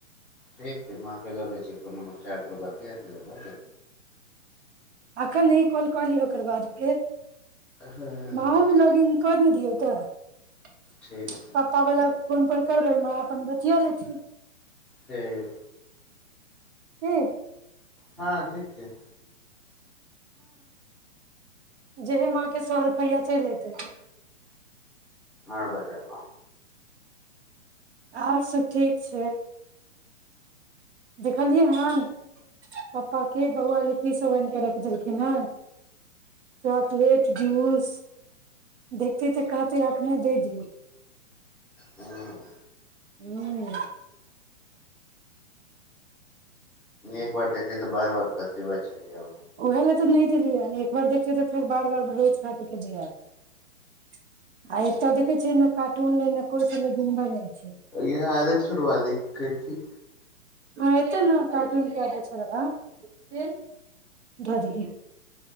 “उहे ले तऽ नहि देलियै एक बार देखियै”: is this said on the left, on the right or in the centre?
Right